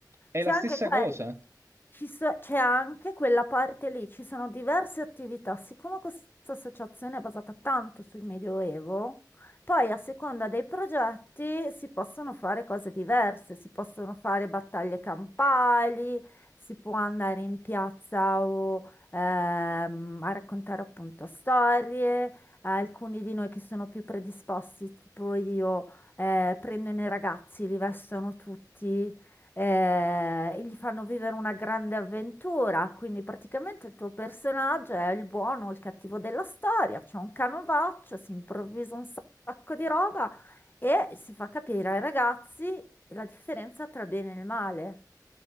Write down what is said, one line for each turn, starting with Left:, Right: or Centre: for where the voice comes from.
Right: È
Left: C'è
Right: la
Left: anche
Right: stessa
Left: quella,
Right: cosa?
Left: ci so- c'è anche quella parte lì, ci sono diverse attività. Siccome questa associazione è basata tanto sul Medioevo, poi a seconda dei progetti si possono fare cose diverse, si possono fare battaglie campali, si può andare in piazza o, ehm, a raccontare appunto storie. Alcuni di noi che sono più predisposti, tipo io, eh, prendono i ragazzi, li vestono tutti eh, e gli fanno vivere una grande avventura. Quindi praticamente il tuo personaggio è il buono o il cattivo della storia, c'è un canovaccio, si improvvisa un sacco di roba e si fa capire ai ragazzi la differenza tra bene e il male.